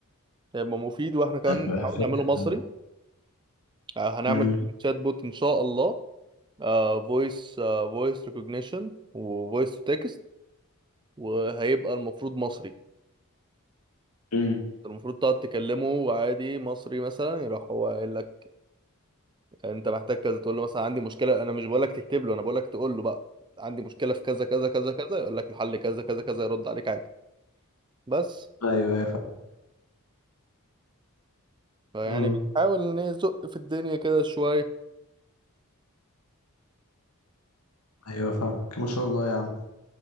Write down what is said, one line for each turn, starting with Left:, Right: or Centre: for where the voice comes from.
Right: هيبقى مفيد وإحنا كمان
Left: هتبقى
Right: نحاول
Left: فكرة
Right: نعمله مصري
Left: طبعا
Right: آه هنعمل
Left: امم
Right: شات بوت إن شاء الله آه فويس آه فويس ريكوجنيشن وفويس تو تكست وهيبقى المفروض مصري
Left: مم.
Right: المفروض تقعد تكلمه وعادي مصري مثلا يروح هو قايل لك انت محتاج كذا تقول له مثلا عندي مشكله انا مش بقول لك تكتب له انا بقول لك تقول له بقى عندي مشكله في كذا كذا كذا كذا يقول لك الحل كذا كذا كذا يرد عليك عادي بس
Left: ايوه ايوه فاهم
Right: فيعني
Left: امم
Right: بنحاول نزق في الدنيا كده شويه
Left: ايوه فاهمك ما شاء الله يا عم